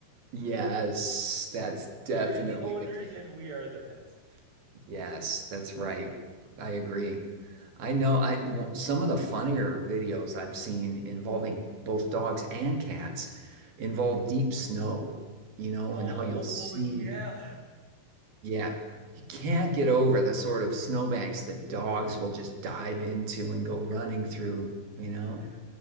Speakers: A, on the right; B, on the right.
A: Yes, that's definitely
B: They're the owners
A: the case.
B: and we are the pets.
A: Yes, that's right. I agree. I know I w- some of the funnier videos I've seen involving both dogs and cats involve deep snow, you know,
B: Oh
A: and how you'll see,
B: yeah.
A: yeah, you can't get over the sort of snowbanks that dogs will just dive into and go running through, you know?
B: Yeah.